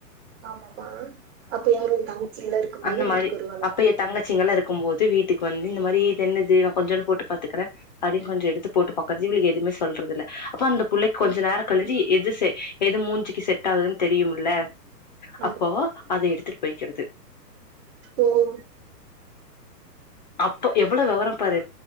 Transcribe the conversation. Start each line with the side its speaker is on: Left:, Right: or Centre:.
Right: ஆமாம்மா அப்ப யாரு உ தங்கச்சியல்லா இருக்கும் போது
Left: அந்த
Right: வீட்டுக்கு
Left: மாரி
Right: வருவாளா
Left: அப்ப எ தங்கச்சிங்கல்லா இருக்கும் போது வீட்டுக்கு வந்து இந்த மாரி இதென்னது நா கொஞ்சொனுபோட்டு பாத்துக்குறே அப்டின் கொஞ்சொ எடுத்து போட்டு பாக்குறது இவளுக எதுமே சொல்றதில்ல அப்பொ அந்த புள்ளைக் கொஞ்ச
Right: ம்
Left: நேர கழிச்சு எது செ எது மூஞ்சுக்கு செட் ஆகுதுன் தெரியுமுல்ல
Right: ஆமா
Left: அப்போ அத எடுத்துட்டு பொய்க்கிறது
Right: ஓ ஓ
Left: அப்ப எவ்ளொ வெவரொ பாரு